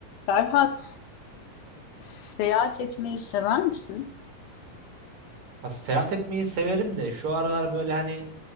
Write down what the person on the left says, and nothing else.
Ferhat, seyahat etmeyi sever misin?